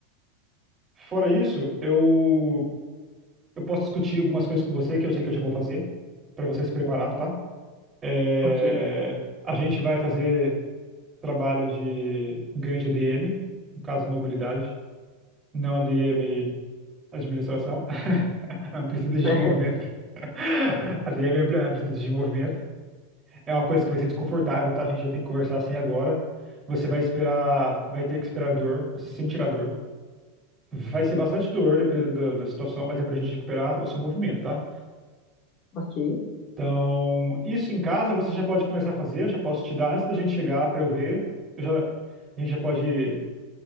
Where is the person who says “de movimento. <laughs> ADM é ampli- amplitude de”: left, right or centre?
Right